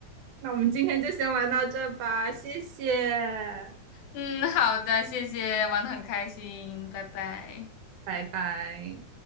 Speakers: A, on the right; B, on the left.
A: 那我们今天就先玩到这吧，谢谢，
B: 嗯，好的，谢谢，玩的很开心，拜拜。
A: 拜拜。